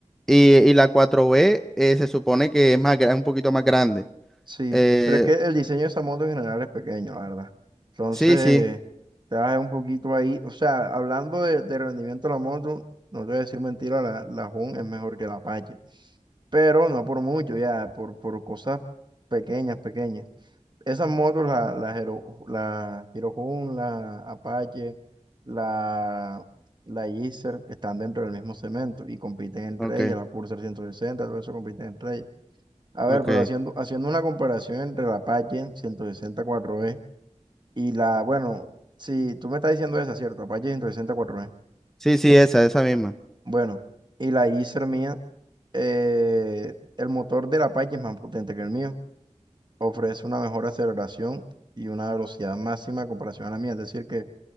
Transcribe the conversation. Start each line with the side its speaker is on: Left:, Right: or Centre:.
Centre: Y, y la cuatro b eh, se supone que es más, gra- un poquito más grande.
Right: Sí,
Centre: Eh,
Right: pero es que el diseño de esa moto en general es pequeño, la verdad. Entonces,
Centre: sí, sí,
Right: te vas un poquito ahí. O sea, hablando de, de rendimiento de la moto, no te voy a decir mentira, la, la Hun es mejor que la Apache. Pero no por mucho, ya, por, por cosas pequeñas, pequeñas. Esas motos, la, la, Hero, la Hero Hun, la Apache, la, la Gixxer, están dentro del mismo cemento y compiten entre
Centre: ok,
Right: ellas. La Pulsar ciento sesenta todo eso compiten entre ellas. A ver,
Centre: ok.
Right: pero haciendo, haciendo una comparación entre la Apache ciento sesenta cuatro e y la, bueno, si tú me estás diciendo esa, ¿cierto? Apache ciento sesenta cuatro e
Centre: Sí, sí, esa, esa misma.
Right: Bueno, y la Acer mía, eh, el motor de la Apache es más potente que el mío. Ofrece una mejor aceleración y una velocidad máxima en comparación a la mía. Es decir, que